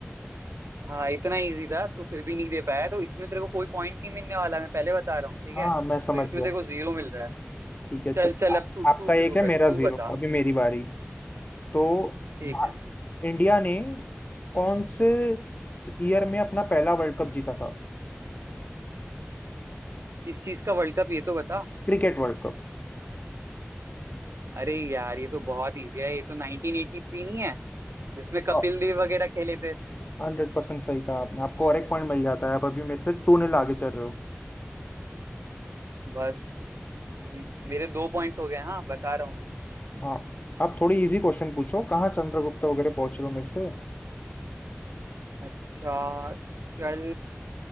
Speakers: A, on the right (about 85°); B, on the left (about 35°).
A: हाँ इतना इजी था तो फिर भी नहीं दे पाया तो इसमें तेरे को कोई पॉइंट नहीं मिलने वाला मैं पहले बता रहा हूँ ठीक
B: हाँ
A: है तो
B: मैं समझ
A: इसमें
B: गया
A: तेरे को जीरो मिल रहा है
B: ठीक है चलो
A: चल चल
B: आ-
A: अब तू
B: आपका
A: तू शुरू
B: एक
A: कर
B: है मेरा
A: तू
B: जीरो
A: बता
B: अभी मेरी बारी तो
A: ठीक
B: भा-
A: है
B: इंडिया ने कौन से ईयर में अपना पहला वर्ल्ड कप जीता था
A: किस चीज का वर्ल्ड कप ये तो बता
B: Cricket world cup
A: अरे यार ये तो बहुत इजी है ये तो 1983 नहीं है जिसमें कपिल
B: हाँ,
A: देव वगैरह खेले थे
B: हंड्रेड परसेंट सही कहा आपने आपको और एक पॉइंट मिल जाता है आप अभी मेरे से टू नील आगे चल रहे हो
A: बस म- मेरे दो पॉइंट्स हो गए हाँ बता रहा हूँ मैं
B: हाँ आप थोड़ी इजी क्वेश्चन पूछो कहाँ चंद्रगुप्ता वगैरह पहुंच रहे हो मेरे से
A: अच्छा चल